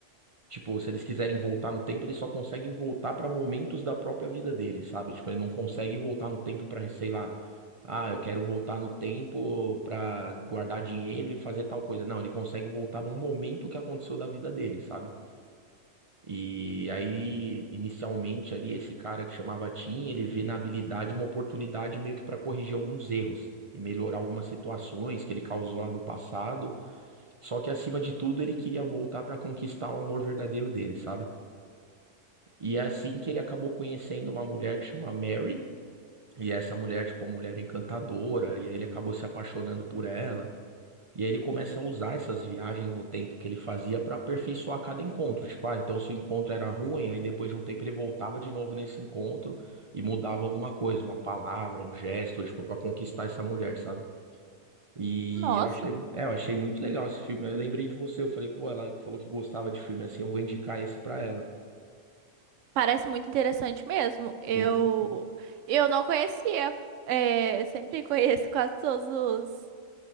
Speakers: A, on the right; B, on the right.
A: Tipo, se eles quiserem voltar no tempo, eles só conseguem voltar pra momentos da própria vida deles, sabe? Tipo, ele não consegue voltar no tempo pra, sei lá, ah, eu quero voltar no tempo pra guardar dinheiro e fazer tal coisa. Não, ele consegue voltar num momento que aconteceu da vida dele, sabe? E aí, inicialmente ali, esse cara que chamava Tim, ele vê na habilidade uma oportunidade meio que para corrigir alguns erros. E melhorar algumas situações que ele causou lá no passado. Só que, acima de tudo, ele queria voltar para conquistar o amor verdadeiro dele, sabe? E é assim que ele acabou conhecendo uma mulher que chama Mary. E essa mulher, tipo, uma mulher encantadora. E aí ele acabou se apaixonando por ela. E aí ele começa a usar essas viagens no tempo que ele fazia para aperfeiçoar cada encontro. Tipo, ah, então se o encontro era ruim, aí depois de um tempo ele voltava de novo nesse encontro e mudava alguma coisa, uma palavra, um gesto, tipo, para conquistar essa mulher, sabe? E
B: Nossa,
A: eu achei, é, eu achei muito legal esse filme. Aí Eu lembrei de você, eu falei, pô, ela falou que gostava de filme assim, eu vou indicar esse pra ela.
B: parece muito interessante mesmo. Eu
A: Sim, sim.
B: eu não conhecia. É, eu sempre <laughs> conheço quase todos os,